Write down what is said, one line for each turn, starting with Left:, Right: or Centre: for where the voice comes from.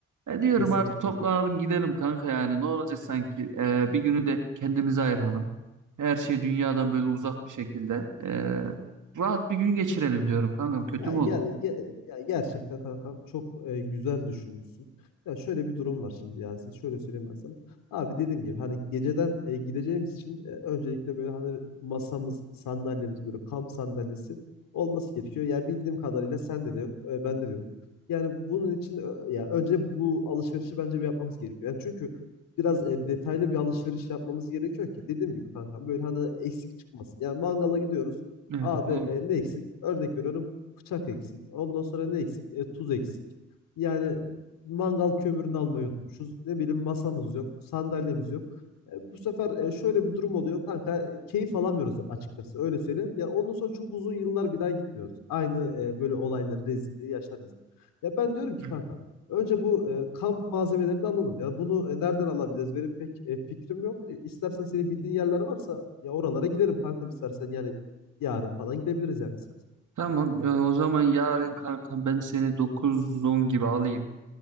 Right: E diyorum
Left: Kesinlikle.
Right: artık toplanalım gidelim kanka yani ne olacak sanki E, bir günü de kendimize ayıralım. Her şey dünyadan böyle uzak bir şekilde. E, rahat bir gün geçirelim diyorum kankam kötü
Left: Ya,
Right: mü
Left: ger
Right: olur?
Left: ge- ya gerçekten kankam çok e, güzel düşünmüşsün. Ya şöyle bir durum var şimdi Yasin. Şöyle söyleyeyim ben sana. Abi dediğim gibi hani geceden e, gideceğimiz için e, öncelikle böyle hani masamız, sandalyemiz böyle kamp sandalyesi olması gerekiyor. Ya bildiğim kadarıyla sende de yok, e, bende de yok. Yani bunun için ö- ya önce bu alışverişi bence bir yapmamız gerekiyor. Yani çünkü biraz e, detaylı bir alışveriş yapmamız gerekiyor ki dediğim gibi kankam böyle hani eksik çıkmasın. Yani mangala gidiyoruz.
Right: Evet
Left: Abi
Right: doğru.
Left: e, ne eksik? Örnek veriyorum bıçak eksik. Ondan sonra ne eksik? E, tuz eksik. Yani mangal kömürünü almayı unutmuşuz. Ne bileyim masamız yok, sandalyemiz yok. E, bu sefer e, şöyle bir durum oluyor kanka. Keyif alamıyoruz açıkçası öyle söyleyeyim. Ya ondan sonra çok uzun yıllar bir daha gitmiyoruz. Aynı e, böyle olayları, rezilliği yaşarız. Ya ben diyorum ki
Right: Hı.
Left: kanka Önce bu e, kamp malzemelerini alalım ya. Bunu e, nereden alabiliriz? Benim pek e, fikrim yok. E, istersen senin bildiğin yerler varsa ya oralara gidelim kanka istersen yani yarın falan gidebiliriz yani istersen.
Right: Tamam e, o zaman yarın kanka ben seni dokuz 10 gibi alayım.